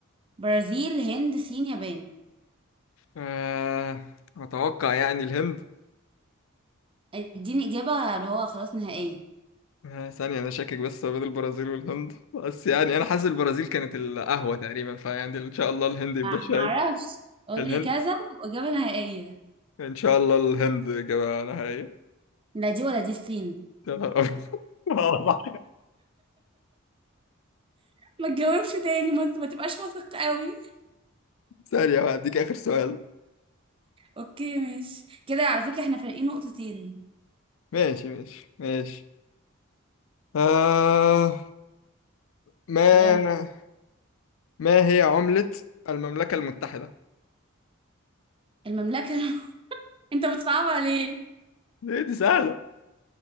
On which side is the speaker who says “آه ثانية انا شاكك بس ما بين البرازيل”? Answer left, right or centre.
Left